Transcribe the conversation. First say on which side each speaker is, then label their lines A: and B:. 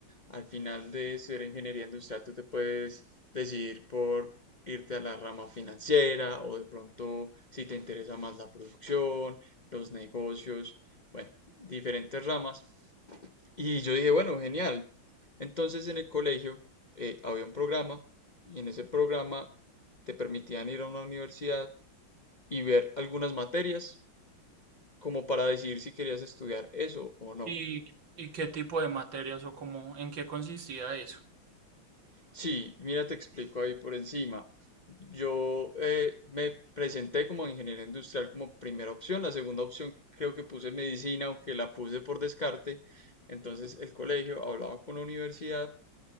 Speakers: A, on the left; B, on the right.
A: al final de estudiar ingeniería industrial tú te puedes decidir por irte a la rama financiera o de pronto si te interesa más la producción, los negocios, bueno, diferentes ramas. Y yo dije, bueno, genial. Entonces en el colegio eh, había un programa y en ese programa te permitían ir a una universidad y ver algunas materias como para decidir si querías estudiar eso o no.
B: ¿y, y qué tipo de materias o cómo, en qué consistía eso?
A: Sí, mira, te explico ahí por encima. Yo eh, me presenté como ingeniero industrial como primera opción. La segunda opción creo que puse medicina, aunque la puse por descarte. Entonces el colegio hablaba con la universidad